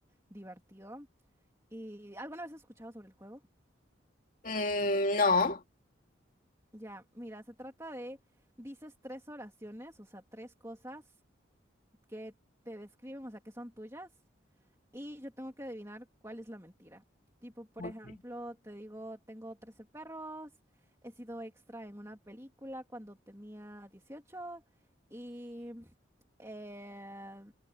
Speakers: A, on the right; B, on the left.
A: divertido. ¿Y alguna vez has escuchado sobre el juego?
B: Mm, no.
A: Ya, mira, se trata de, dices tres oraciones, o sea, tres cosas que te describen, o sea, que son tuyas. Y yo tengo que adivinar cuál es la mentira. Tipo, por
B: Ok.
A: ejemplo, te digo, tengo 13 perros, he sido extra en una película cuando tenía 18 y eh,